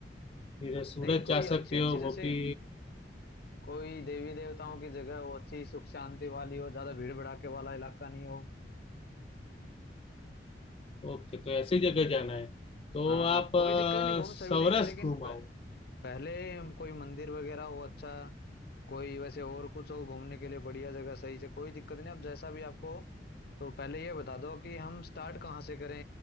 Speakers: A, on the left (about 35°); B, on the left (about 60°).
A: फिर सूरत
B: नहीं कोई
A: जा सकते
B: अच्छी अच्छी
A: हो
B: जैसे
A: वो भी
B: कोई देवी देवताओं की जगह हो अच्छी सुख शांति वाली हो ज्यादा भीड़ भड़ाके वाला इलाका नहीं हो
A: ओके तो ऐसी जगह जाना है तो
B: हाँ
A: आप
B: कोई दिक्कत नहीं घूम
A: अ, सौराष्ट्र
B: सभी लेंगे लेकिन
A: घूम
B: प,
A: आओ
B: पहले हम कोई मंदिर वगैरह हो अच्छा कोई वैसे और कुछ हो घूमने के लिए बढ़िया जगह सही से कोई दिक्कत नहीं अब जैसा भी आपको तो पहले ये बता दो कि हम स्टार्ट कहाँ से करें